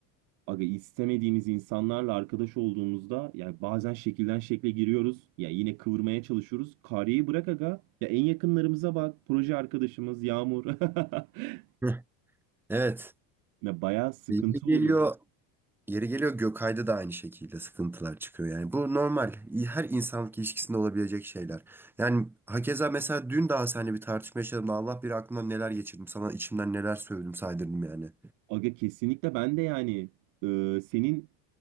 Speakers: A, on the right; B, in the centre.
A: Aga istemediğimiz insanlarla arkadaş olduğumuzda yani bazen şekilden şekle giriyoruz. Ya yine kıvırmaya çalışıyoruz. Karyayı bırak aga. Ya en yakınlarımıza bak. Proje arkadaşımız Yağmur. <laughs>
B: Heh. Evet.
A: Ya bayağı sıkıntı
B: Yeri geliyor,
A: olurdu.
B: yeri geliyor Gökay'da da aynı şekilde sıkıntılar çıkıyor. Yani bu normal. Her insanlık ilişkisinde olabilecek şeyler. Yani hakeza mesela dün daha seninle bir tartışma yaşadım da Allah bilir aklımdan neler geçirdim. Sana içimden neler söyledim saydırdım yani.
A: Aga kesinlikle ben de yani e, senin